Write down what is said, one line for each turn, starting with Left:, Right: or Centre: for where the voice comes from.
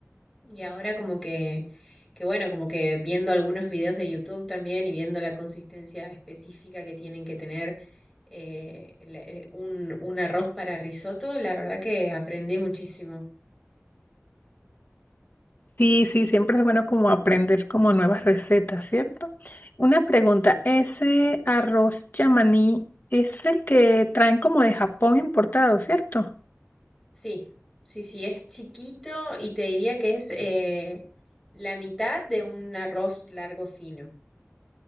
Centre: y ahora como que, que, bueno, como que viendo algunos videos de YouTube también y viendo la consistencia específica que tienen que tener. eh, el- el- un, un arroz para risotto, la verdad que aprendí muchísimo.
Left: Sí, sí, siempre es bueno como aprender como nuevas recetas, ¿cierto? Una pregunta,
Centre: Sí.
Left: ese arroz chamaní es el que traen como de Japón importado, ¿cierto?
Centre: Sí, sí, sí, es chiquito y te diría que es eh, la mitad de un arroz largo fino.